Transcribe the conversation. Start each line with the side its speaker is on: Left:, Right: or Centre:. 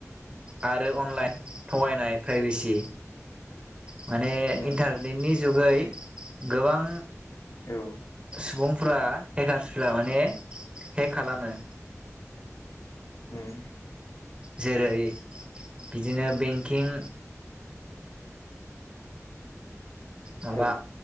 Right: आरो अनलाइन थगायनाय प्राइभेसि माने
Left: उम
Right: इन्टारनेटनि जुगै गोबां
Left: औ
Right: सुबुंफ्रा हेकार्सफोरा माने हेक खालामो।
Left: उम
Right: जेरै बिदिनो बेंकिं माबा
Left: औ